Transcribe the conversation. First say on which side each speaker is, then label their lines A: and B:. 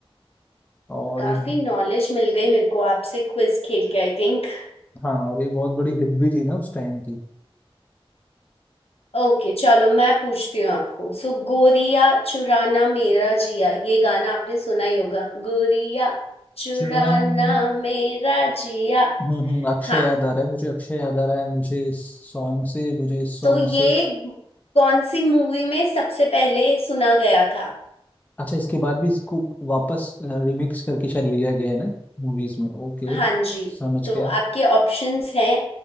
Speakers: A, on the left; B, on the left.
A: और
B: काफी
A: एक
B: नॉलेज मिल गई मेरे को आपसे क्विज खेल के आई थिंक।
A: हाँ और ये बहुत बड़ी हिट भी थी ना उस टाइम की
B: ओके चलो मैं पूछती हूँ आपको सो गोरिया चुराना मेरा जिया ये गाना आपने सुना ही होगा गोरिया चुराना
A: चुरान
B: मेरा जिया
A: हम्म हम्म अक्षय
B: हाँ
A: याद आ रहा है मुझे अक्षय याद आ रहा है मुझे इस सॉन्ग से मुझे इस सॉन्ग
B: तो ये
A: से
B: कौन सी मूवी में सबसे पहले सुना गया था
A: अच्छा इसके बाद भी इसको वापस रिमिक्स करके शायद लिया गया है ना मूवीज में ओके
B: हाँ जी
A: समझ
B: तो
A: गया
B: आपके ऑप्शंस हैं